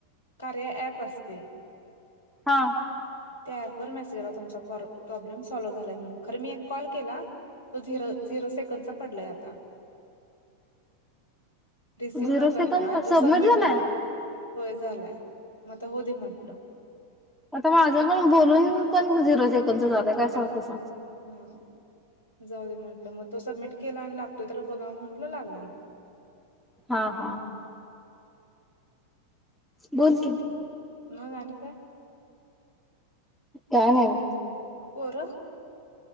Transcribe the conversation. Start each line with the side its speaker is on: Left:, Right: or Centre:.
Left: कार्य ऍप असतय
Centre: हा.
Left: त्या ऍप वर मेसेज आला तुमचा प्रॉब्लेम सॉल्व झालाय म्हणून खर मी एक कॉल केला तो झिरो झिरो सेकंद चा पडलाय आता. रिसीव्ह
Centre: झिरो
Left: न
Centre: सेकंड
Left: करता आणि तो सबमिट
Centre: झालाय
Left: झाला. होय झालंय, म आता होऊदे म्हटलं.
Centre: आता माझं पण बोलून पण झिरो सेकडच झालंय, काय सांगती सांग.
Left: हा जाऊदे म्हंटलं मग तो सबमिट केला आणि लागतोय तर बघा म्हंटल लागला मग.
Centre: हा हा. बोल की.
Left: मग आणि काय
Centre: काय नाही.
Left: पोरं.